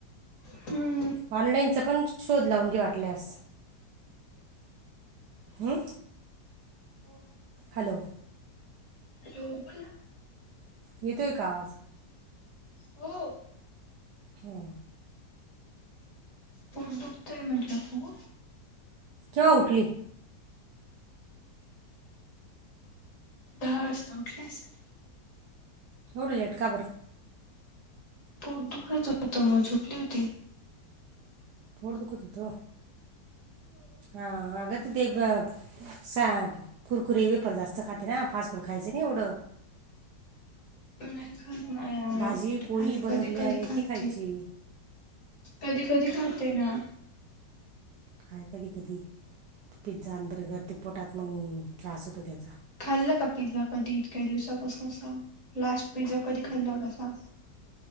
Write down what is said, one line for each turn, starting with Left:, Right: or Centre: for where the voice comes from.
Left: हम्म
Right: ऑनलाईनच पण शोध लावून घे वाटल्यास. हम्म.
Left: हो.
Right: हॅलो?
Left: हॅलो बोल ना?
Right: येतोय का आवाज?
Left: हो.
Right: हम्म.
Left: पोट दुखतंय म्हंटलं खूप.
Right: केव्हा उठली?
Left: दहा वाजता उठले असेल.
Right: एवड लेट का बरं
Left: पोट दुखतं होतं मग झोपली होती.
Right: पोट दुखत होतं. हां, अगं तर ते ब सा कुरकुरी वेपर जास्त खाते ना, फास्ट फूड खायचं नाही एवढं.
Left: <inaudible> नाही खात नाही यार
Right: भाजी
Left: कुठे
Right: पोळी
Left: खाते,
Right: बनवलेली
Left: कधी
Right: आहे
Left: कधी
Right: आणि
Left: खाते.
Right: ती खायची
Left: कधी कधी खाते ना
Right: काय कधी कधी,, पिझ्झा आणि बर्गर ते पोटात मग त्रास होतो त्याचा.
Left: खाल्लं का पिझ्झा कधी इतक्या दिवसापासनं सांग, लास्ट पिझ्झा कधी खाल्ला सांग?